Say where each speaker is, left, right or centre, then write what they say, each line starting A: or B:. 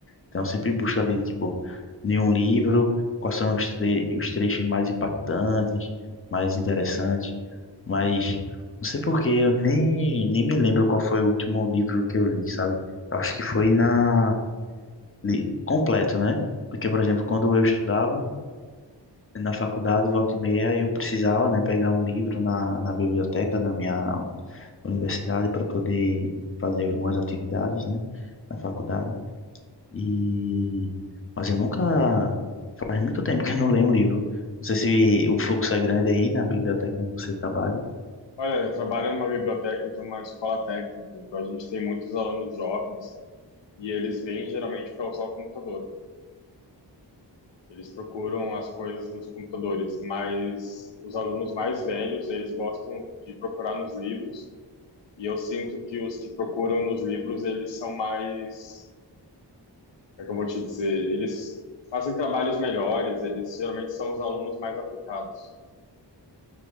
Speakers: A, on the left; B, on the left.
A: Então, eu sempre busco ali, tipo, em um livro, quais são os, tre os trechos mais impactantes, mais interessantes. Mas, não sei por que, eu nem, nem me lembro qual foi o último livro que eu li, sabe? Eu acho que foi na... li- completo, né? Porque, por exemplo, quando eu estudava, na faculdade, volta e meia, eu precisava, né, pegar um livro na, na biblioteca da minha universidade para poder fazer algumas atividades, né, na faculdade. E mas eu nunca faz muito tempo que eu não leio um livro. Não sei se o fluxo é grande aí na biblioteca onde você trabalha.
B: Olha, eu trabalho numa biblioteca de uma escola técnica, então a gente tem muitos alunos jovens e eles vêm geralmente para usar o computador. Eles procuram as coisas nos computadores, mas os alunos mais velhos, eles gostam de procurar nos livros, e eu sinto que os que procuram nos livros, eles são mais é que eu vou te dizer, eles fazem trabalhos melhores, eles geralmente são os alunos mais aplicados.